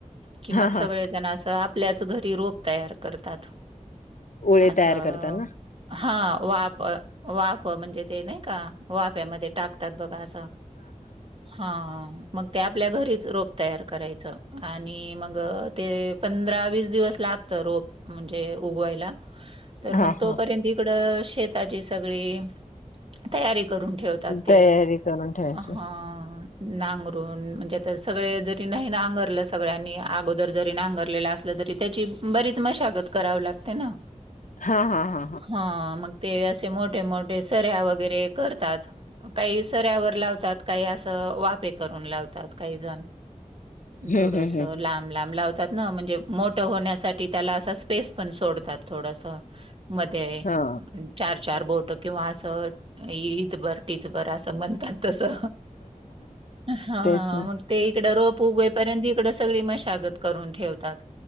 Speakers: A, on the right; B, on the left.
A: कि
B: हा
A: मग सगळेजण
B: हा
A: असं आपल्याच घरी रोप तयार करतात
B: ओळे
A: असं
B: तयार करता ना
A: हा वाफ वाफ म्हणजे ते नाही का वाफ्यामध्ये टा असत्यात बगा अस हा मग ते आपल्या घरीच रोप तयार करायचं आणि मग ते पं व दिव लाो म्हणजे उगवायला तर मग
B: हा
A: त
B: हा
A: त्यां तिकड शेताची सगळी तयारी करून ठेवतात ते
B: तयारी करून ठेवायची
A: हा नांगरून म्हणजे त्या सगळे जरी नाही नांगरलाच सगळ्यांनी अगोदर जरी नांगरलेला असलं तरी त्याची बरीच मशागत कराव लागते ना
B: हा हा हां
A: हा मग ते असे मोठे मोठे सऱ्या वगैरे करतात काही सऱ्यावर लावतात काही असं वापे करून लावतात काही जण
B: हम्म
A: थोडस
B: हम्म हम्म
A: ला लातात म्हणजे मोठ होण्यासाठी त्या अस स्पेस पण सोडतात थोडस मध्ये
B: हा
A: चार चार बोट किंवा असं दभर टिचबर असं मन तसं. हा
B: तेच ना
A: मग ते इकडें रोप उगेपर्यंत इकडे सगळी मशागत करून ठेवतात